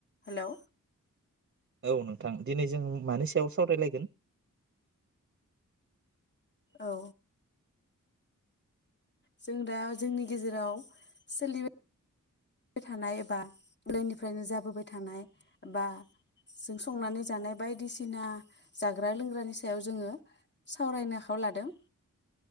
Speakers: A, on the left; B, on the right.
A: हेलौ
B: औ नोंथां दिनै जों मानि सायाव सावरायलायगोन?
A: औ जों दा जोंनि गेजेराव सोलिबाय थानाय एबा <inaudible> निफ्रायनो जाबोबाय थानाय बबा जों संनानै जानाय बायदिसिना जाग्रा लोंग्रानि सायाव जोङो सावरायनो आखायाव लादों।